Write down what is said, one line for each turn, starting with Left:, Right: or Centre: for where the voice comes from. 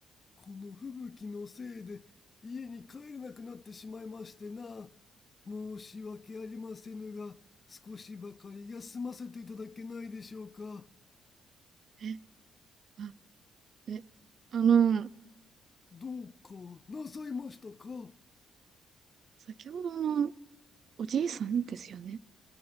Left: この吹雪のせいで家に帰れなくなってしまいましてな申し訳ありませぬが少しばかり休ませていただけないでしょうか
Right: え、あえ、あの、
Left: どうかなさいましたか
Right: 先ほどのおじいさんですよね。